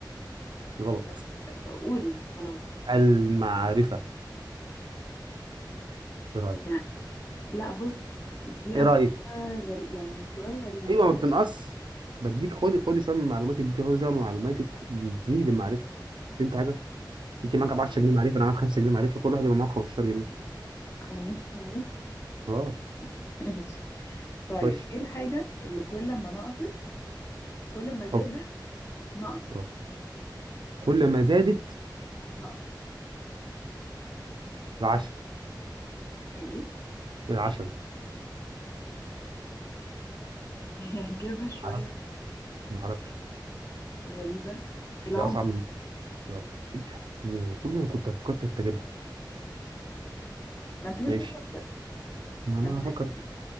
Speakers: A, on the right; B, on the left.
A: غلط
B: طب قول خلاص
A: المعرفه ايه رايك
B: يعني لا بص دي
A: ايه رايك
B: اسئله غريب يعني سؤال غريب
A: ايوه ما بتنقص بديك خدي خدي شويه من معلوماتي اديتي خدي شويه من معلوماتك بتزيد المعرفه فهمت حاجه انت معاك
B: اه
A: 10 جنيه معرفه انا معاك 5 جنيه معرفه كل واحد يبقى معاه 15 جنيه
B: 15 جنيه <laughs>
A: اه
B: ماشي طيب
A: خش
B: ايه الحاجه اللي كل ما نقصت كل ما زادت
A: حط
B: نقصت
A: آه. كل ما زادت
B: نقصت
A: العشم
B: الايه
A: العشم
B: <laughs> يعني إجابة شوية
A: معرفش معرفش
B: غريبة العمر
A: دي اصعب من يلا ايه ده دي المفروض انا كنت فكرت اتجدها
B: ما انت مش
A: ماشي
B: بتفكر
A: ما انا
B: اعمل لك
A: هفكر
B: ايه